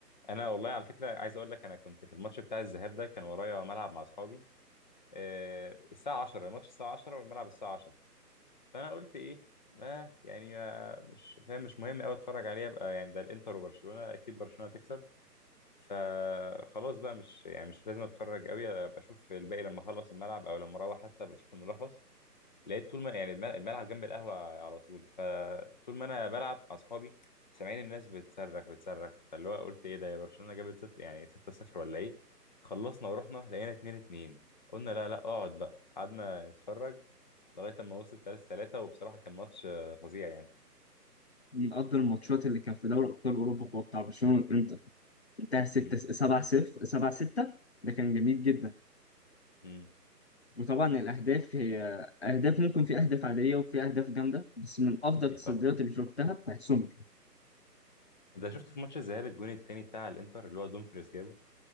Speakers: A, on the left; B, on the left.
A: انا والله على فكره عايز اقول لك انا كنت في الماتش بتاع الذهاب ده كان ورايا ملعب مع اصحابي آه، الساعه 10 الماتش الساعه 10 والملعب الساعه 10 فانا قلت ايه ما يعني ما مش فاهم مش مهم قوي اتفرج عليه ابقى يعني ده الانتر وبرشلونه اكيد برشلونه تكسب فخلاص بقى مش يعني مش لازم اتفرج قوي ابقى اشوف الباقي لما اخلص الملعب او لما اروح حتى ابقى اشوف الملخص لقيت طول ما يعني الملعب, الملعب جنب القهوة على طول فطول ما أنا بلعب مع أصحابي سامعين الناس بتصرخ بتصرخ فاللي هو قلت إيه ده يا برشلونة جابت ست يعني 6-0 ولا إيه خلصنا ورحنا لقينا 2-2 قلنا لا لا اقعد بقى قعدنا نتفرج لغاية أما وصلت 3-3 وبصراحة كان ماتش آه، فظيع يعني
B: من أفضل الماتشات اللي كان في دوري أبطال أوروبا هو بتاع برشلونة والإنتر انتهى 6
A: امم
B: 7 0 7 6 ده كان جميل جدا
A: امم
B: وطبعا الأهداف هي أهداف ممكن في أهداف عادية وفي أهداف جامدة بس من أفضل
A: أكيد
B: التصديات
A: طبعا
B: اللي شفتها بتاعت سومر
A: أنت شفت في ماتش الذهاب الجون التاني بتاع الإنتر اللي هو دومفريز جابه